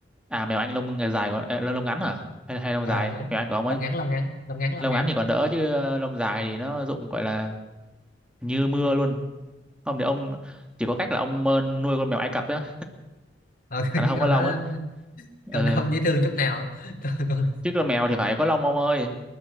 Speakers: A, in the centre; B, on the left (about 50°).
A: à mèo anh lông ngày dài gọi ờ, lông ngắn hả hay hay lông
B: ờ
A: dài
B: lông ngắn
A: mèo anh của ông
B: lông
A: ấy
B: ngắn lông ngắn lông ngắn lông
A: lông
B: ngắn
A: ngắn thì còn đỡ chứ ờ, lông dài thì nó rụng gọi là như mưa luôn không thì ông chỉ có cách là ông ờ, nuôi con mèo Ai Cập á
B: ờ, <laughs> cái
A: là nó không
B: con
A: có lông
B: đó
A: á ừ.
B: con đó không dễ thương chút nào <laughs> con, con...
A: chứ con mèo thì phải có lông ông ơi